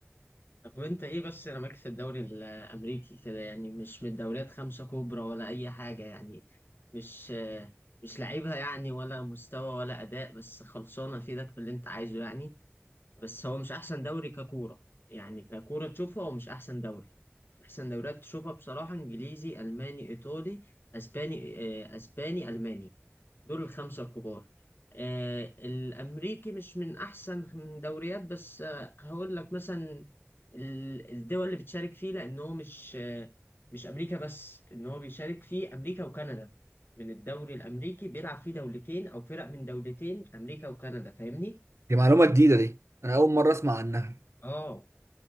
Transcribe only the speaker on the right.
دي معلومه جديده دي انا اول مره اسمع عنها